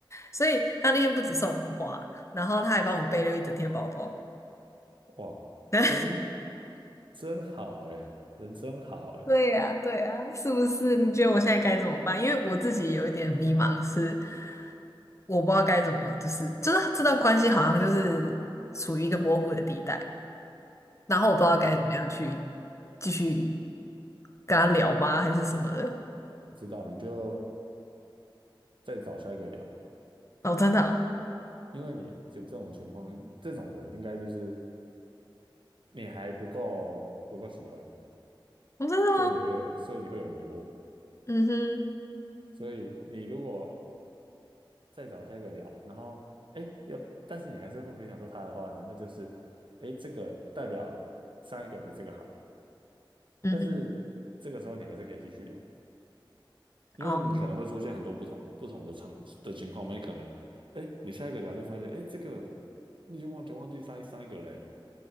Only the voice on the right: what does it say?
哇，
真真好诶，人真好诶。
啊，
我知道，你就再找下一个聊，
因为你有这种情况，这种的应该就是你还不够不够喜欢，
所以你会有，所以你会有疑惑，
所以你如果再找下一个聊，然后哎，要，但是你还是会回想到他的话呢，那就是哎，这个代表上一个比这个好，
但是这个时候你还是可以继续聊。因为你可能会出现很多不同不同的场的情况嘛，
你可能，哎，你下一个聊就发现，哎，这个你就忘记忘记上一上一个嘞，